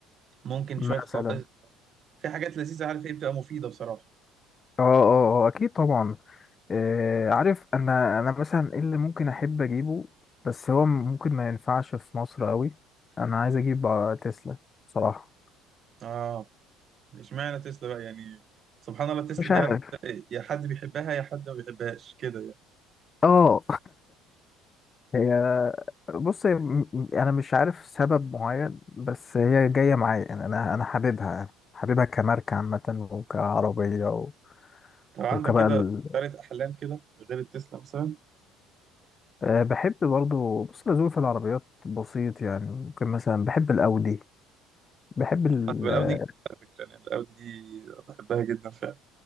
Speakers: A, on the right (about 40°); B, on the left (about 25°).
A: ممكن
B: مثلا
A: شوية خواص في حاجات لذيذة عارف ايه بتبقى مفيدة بصراحة
B: اه اه اه اكيد طبعا آه، عارف انا انا مثلا ايه اللي ممكن احب اجيبه بس هو ممكن ما ينفعش في مصر قوي انا عايز اجيب آه، تسلا بصراحة
A: اه اشمعنى تسلا بقى يعني سبحان الله تسلا
B: مش
A: دي
B: عارف
A: عارف إيه؟ يا حد بيحبها يا حد ما بيحبهاش كده يعني
B: اه <laughs> هي بص هي م- م- انا مش عارف سبب معين بس هي جاية معايا يعني انا انا حاببها حاببها كماركة عامة وكعربية و...
A: طب عندك
B: وكبقى
A: كده
B: ال...
A: طيارة احلام كده غير التسلا مثلا
B: آه، بحب برضو بص أنا ذوقي في العربيات بسيط يعني ممكن مثلا بحب الاودي بحب ال
A: طب الاودي
B: اه
A: جميلة على فكرة يعني الاودي دي بحبها جدا فعلا